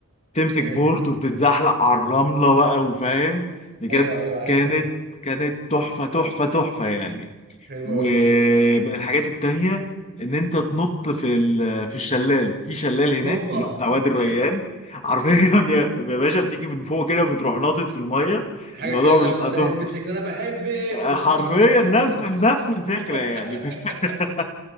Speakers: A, on the left; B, on the right.
A: تمسك
B: اوكي
A: بورد وبتتزحلق على الرمله بقى وفاهم بجد
B: ايوه ايوه عارفهم
A: كانت كانت تحفه تحفه تحفه يعني
B: حلو
A: ومن
B: قوي
A: الحاجات التانية ان انت تنط في ال- في الشلال في شلال هناك
B: هوبا
A: اللي هو بتاع وادي
B: <laughs>
A: الريان <laughs> حرفيا يا يا باشا بتيجي من فوق كده بتروح ناطط في الميه
B: حاجه
A: الموضوع
B: كده لو
A: بيبقى
B: ده
A: تحفه
B: هيثبت لك ان انا بحبك
A: آه،
B: وبتقوم
A: حرفيا
B: ناطط بقى
A: نفس
B: الجو ده
A: نفس الفكره
B: <laughs>
A: يعني <laughs>